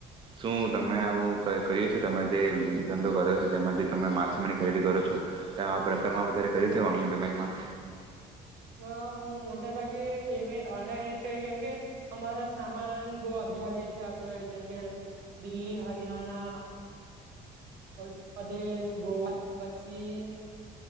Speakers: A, on the right (about 30°); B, on the right (about 75°).
A: શું તમે આવું કર્યું છે તમે જે ધંધો કરો છો તેમાં જે તમે માલસામાની ખરીદી કરો છો. આ પ્રકાર વધ કરી છે ઓનલાઈન પેમેન્ટમાં
B: હ હું મોટા ભાગે પેમેન્ટ ઓનલાઈન કેમકે અમારો સામાન બહ આગ્યા આગ્યાથી આવતો હોય જેમકે દિલ્હી હરિયાણા ઉતરદેશ ગોવા પછી